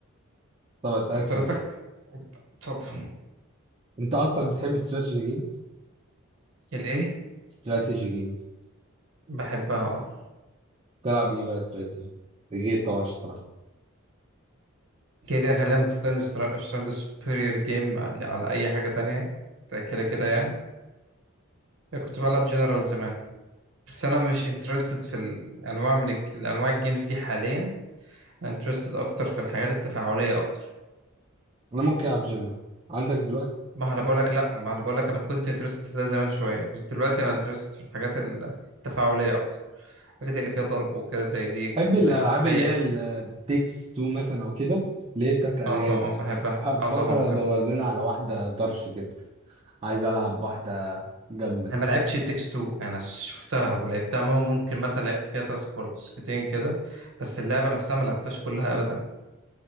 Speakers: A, on the right; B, on the right.
A: طب اسالك
B: قدرتك
A: سؤال
B: اتفضل
A: انت اصلا بتحب استراتيجي جيمز
B: الإيه
A: استراتيجي جيمز
B: بحبها اه
A: تلعب ايه بقى استراتيجي غير طبعا الشطرنج
B: كده كده خلينا متفقين سترونج سوبيريور جيم على على أي حاجة تانية ده كده كده يعني كنت بلعب جنرال زمان بس انا مش انترستد في الانواع من الج- الانواع الجيمز دي حاليا انا انترستد اكتر في الحاجات التفاعليه اكتر
A: انا ممكن العب جنرال عندك دلوقتي
B: ما انا بقول لك لا ما انا بقول لك انا كنت انترستد في ده زمان شويه بس دلوقتي انا انترستد في الحاجات التفاعليه اكتر الحاجات اللي فيها ضرب وكده زي ليج
A: بحب
B: وزي
A: الالعاب اللي
B: اي
A: هي التيكس تو مثلا او كده اللي هي بتاعت الغاز
B: اه طبعا بحبها
A: بفكر
B: اه طبعا بحبها
A: ادور لنا على واحده طرش كده عايز العب واحده جامده
B: انا ما لعبتش تكس 2 انا شفتها ولعبتها مم- ممكن مثلا لعبت فيها تاسك ولا تاسكتين كده بس اللعبه نفسها ما لعبتهاش كلها ابدا